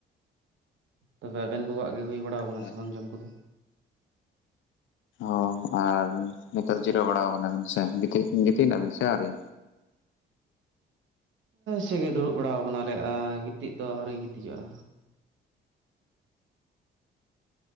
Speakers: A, on the right; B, on the left.
A: ᱛᱚᱵᱮ ᱟᱵᱮᱱ ᱠᱚᱣᱟᱜ ᱜᱮ ᱦᱩᱭ ᱵᱟᱲᱟᱣ ᱠᱟᱱᱟ
B: ᱦᱮᱸ
A: ᱥᱮ ᱵᱟᱝ ᱡᱚᱢ ᱠᱚᱫᱚ᱾
B: ᱚ ᱟᱨ ᱱᱤᱛᱟᱨ ᱡᱤᱨᱟᱹᱣ ᱵᱟᱲᱟ ᱠᱟᱱᱟᱵᱤᱱ ᱥᱮ ᱜᱤᱛᱤᱡ ᱜᱤᱛᱤᱡᱱᱟᱵᱤᱱ ᱥᱮ ᱟᱣᱨᱤ?
A: ᱥᱮᱜᱮ ᱫᱩᱲᱩᱵ ᱵᱟᱲᱟᱣ ᱠᱟᱱᱟᱞᱮ ᱟᱨ ᱜᱤᱛᱤᱡ ᱫᱚ ᱟᱹᱣᱨᱤᱧ ᱜᱤᱛᱤᱡᱚᱜᱼᱟ᱾